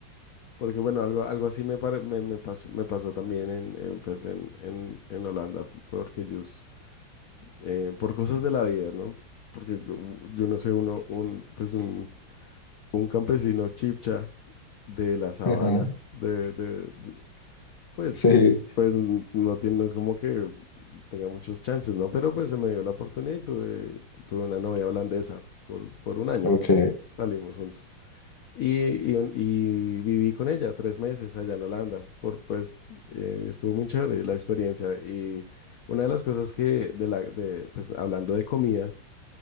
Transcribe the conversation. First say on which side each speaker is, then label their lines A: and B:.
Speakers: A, on the left; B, on the left.
A: porque bueno, algo, algo así me, pare- me, me pasó, me pasó también en, eh, pues en, en, en Holanda, porque ellos eh, por cosas de la vida, ¿no? Porque u- yo no sé, uno, un, pues un, un campesino chipcha de la sabana,
B: Ajá,
A: de, de- de- pues,
B: sí,
A: pues n- no tiene, no es como que tenga muchos chances, ¿no? Pero pues se me dio la oportunidad y tuve, tuve una novia holandesa por, por un año.
B: ok,
A: Salimos juntos. Y, y, un- y viví con ella tres meses allá en Holanda, por, pues eh, estuvo muy chévere la experiencia. Y una de las cosas que, de la, de, pues hablando de comida,